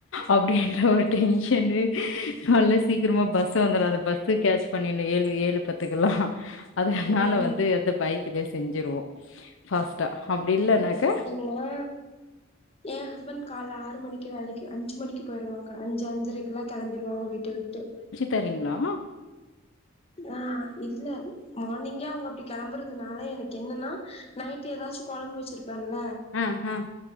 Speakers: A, on the left; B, on the left.
A: அப்டீன்ற ஒரு டென்ஷன்னு கால்ல சீக்ரமா பஸ் வந்துரு அந்த பஸ்சு கேட்ச் பண்ணிர்னு ஏழு ஏழு பத்து துக்கலா அதனால
B: ம்
A: வந்து அந்த பைத்தலயே செஞ்சிருவோ ஃபாஸ்டா அப்டில்லன்னாக்க
B: நா ஏன் ஹஸ்பண்ட் கால ஆறு மணிக்கே வேலைக்கு அஞ்சு மணிக்கு போயிருவாங்க அஞ்சு அஞ்சரைக்கு கெல்லா கெளம்பிருவாங்க வீட்ட விட்டு
A: தர்ரீங்ளா
B: ஆ இல்ல மார்னிங்கே அவ்ங்க அப்டி கெளம்பறதுனால எனக் கென்னன்னா நைட்டு ஏதாச்சு கொழம்பு வச்சிருப்பேன்ல
A: ம் ம்